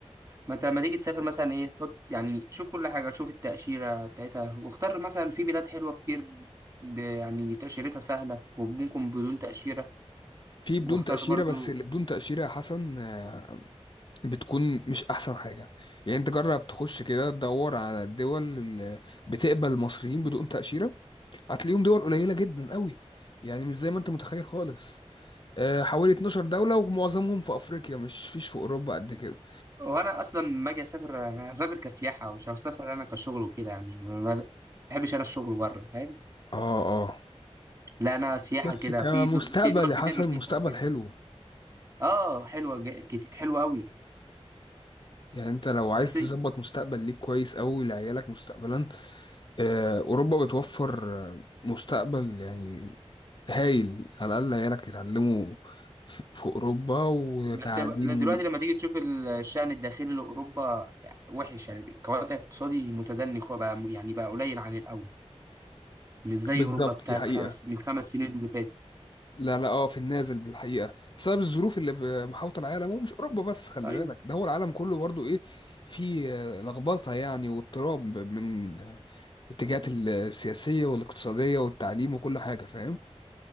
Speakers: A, on the right (about 30°); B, on the left (about 45°).
A: ما أنت لما تيجي تسافر مثلا إيه حط يعني شوف كل حاجة شوف التأشيرة بتاعتها واختار مثلا في بلاد حلوة كتير ب... يعني تأشيرتها سهلة وممكن بدون تأشيرة
B: في
A: واختار
B: بدون تأشيرة
A: برضو
B: بس اللي بدون تأشيرة يا حسن آه، بتكون مش أحسن حاجة يعني أنت جرب تخش كده تدور على الدول اللي بتقبل المصريين بدون تأشيرة هتلاقيهم دول قليلة جدا قوي يعني مش زي ما أنت متخيل خالص آه، حوالي 12 دولة ومعظمهم في أفريقيا مش فيش في أوروبا قد كده
A: وانا اصلا لما اجي اسافر انا هسافر كسياحه مش هسافر انا كشغل وكده يعني ما بحبش انا الشغل بره فاهم
B: اه اه
A: لا انا سياحه
B: بس
A: كده
B: كمستقبل
A: في دو... في دول
B: يا حسن
A: كتير رخيصه
B: مستقبل
A: وكده
B: حلو
A: اه حلوه ج... كت... حلوه قوي
B: يعني انت لو عايز
A: بس
B: تظبط مستقبل ليك كويس أوي لعيالك مستقبلا آه، أوروبا بتوفر آه، مستقبل يعني هايل على الأقل عيالك يتعلموا في في أوروبا وتعليم
A: بس يبقى- دلوقتي لما تيجي تشوف الشأن الداخلي لأوروبا وحش يعني كوضع اقتصادي متدني خو- بقى يعني بقى قليل عن الأول مش زي
B: بالظبط
A: أوروبا بتاعت
B: دي حقيقة
A: خمس من خمس سنين اللي فاتت
B: لا لا اه في النازل بالحقيقه بسبب الظروف اللي ب- محاوطه العالم ومش اوروبا بس خلي
A: أيوه
B: بالك ده هو العالم كله برضو ايه في آه، لخبطه يعني واضطراب ب- من آه، الاتجاهات السياسيه والاقتصاديه والتعليم وكل حاجه فاهم